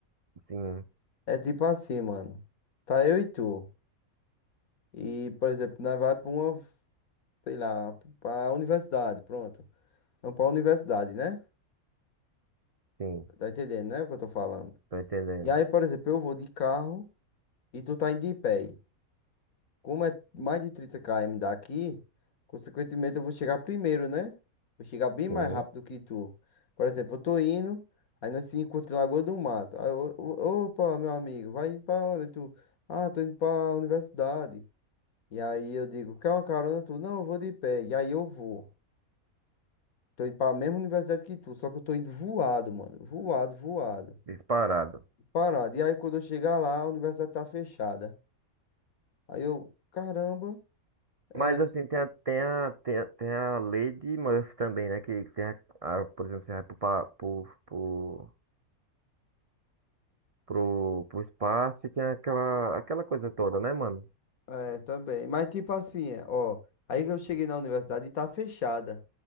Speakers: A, on the right; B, on the left.
A: Sim,
B: É tipo assim, mano. Tá eu e tu. E, por exemplo, nós vai pra uma, sei lá, pra universidade, pronto. Vamos pra universidade, né?
A: sim,
B: Tá entendendo, né, o que eu tô falando?
A: tô entendendo.
B: E aí, por exemplo, eu vou de carro e tu tá indo de pé. Como é mais de 30 km daqui, consequentemente eu vou chegar primeiro, né? Vou chegar bem
A: Sim,
B: mais rápido que tu. Por exemplo, eu tô indo, aí nós se encontra em Lagoa do Mato. Aí eu, o- opa, meu amigo, vai pra onde tu? Ah, tô indo pra universidade. E aí eu digo, quer uma carona tu? Não, eu vou de pé. E aí eu vou. Tô indo pra mesma universidade que tu, só que eu tô indo voado, mano. Voado, voado.
A: disparado.
B: Parado. E aí quando eu chegar lá, a universidade tá fechada. Aí eu, caramba.
A: Mas
B: é,
A: assim, tem a, tem a, tem a, tem a lei de Murphy também, né? Que tem a, a- por exemplo, você vai pro, pa- pro, pro, pro, pro espaço e tem aquela, aquela coisa toda, né, mano?
B: É, também. Mas tipo assim, é, ó. Aí que eu cheguei na universidade e tá fechada.